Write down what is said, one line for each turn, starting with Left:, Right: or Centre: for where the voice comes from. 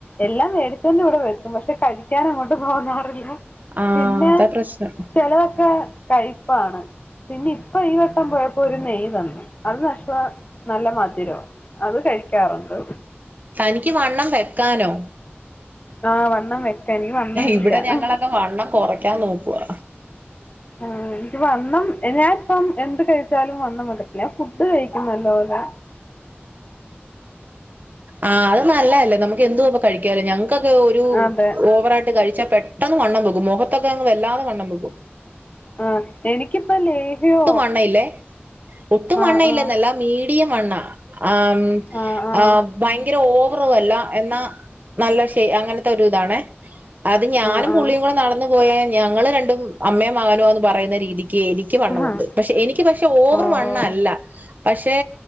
Left: എല്ലാം വേടിച്ചോണ്ട് ഇവിടെ വെക്കും പക്ഷെ കഴിക്കാൻ അങ്ങോട്ട് തോന്നാറില്ല
Right: ആഹ്
Left: പിന്നെ
Right: അതാ പ്രശ്നം
Left: ചെലതൊക്കെ <unintelligible> പ്പാണ് പിന്നെ ഇപ്പ ഈ വട്ടം പോയപ്പോ ഒരു നെയ് തന്ന് അത് നഷ്വാ നല്ല മധുരവാ അത് കഴിക്കാറുണ്ട്
Right: തനിക്ക് വണ്ണം വെക്കാനോ
Left: ആ വണ്ണം വെക്കാൻ എനിക്ക് വണ്ണമില്ല
Right: ഇവിടെ ഞങ്ങളൊക്കെ വണ്ണം കൊ യ്ക്കാനോക്കുവാ
Left: ആ എനിക്ക് വണ് ഞാനിപ്പം എന്ത് കഴിച്ചാലും വണ്ണം വെക്കത്തില്ല ഞാ ഫുഡ് കഴിക്കും നല്ലോലെ
Right: ആ അത് നല്ലല്ലേ നമുക്ക് എന്തുവപ്പ കഴിക്കാല ഞങ്ങക്കൊക്കെ ഒരു
Left: അതെ
Right: ഓവറായിട്ട് കഴിച്ച പെട്ടെന്ന് വണ്ണം വെക്കും മുഖത്തൊക്കെ അങ്ങ് വെല്ലാതെ വണ്ണംവെക്കും
Left: ആ എനിക്കിപ്പ ലേഹ്യോ
Right: വണ്ണയില്ലേ ഒട്ടും
Left: ആഹ്
Right: വണ്ണയില്ലെന്നല്ല മീഡിയം <unintelligible> ആം
Left: ആഹ് ആഹ്
Right: ആ ഭയങ്കര ഓവറുവല്ല എന്നാ നല്ല ഷേ അങ്ങനത്തെ ഒരു ഇതാണെ അത് ഞാനും
Left: ആഹ് ആഹ്
Right: പുള്ളിയും കൂടെ നടന്നു പോയാ ഞങ്ങള് രണ്ടും അമ്മേം മകനുവാന്ന് പറയുന്ന <unintelligible> എനിക്ക് വണ്ണമുണ്ട്
Left: ആഹ് ആഹ്
Right: പക്ഷെ എനിക്ക് പക്ഷെ ഓവർ
Left: ഓഹ്
Right: വണ്ണല്ല
Left: ഓഹ്
Right: പക്ഷെ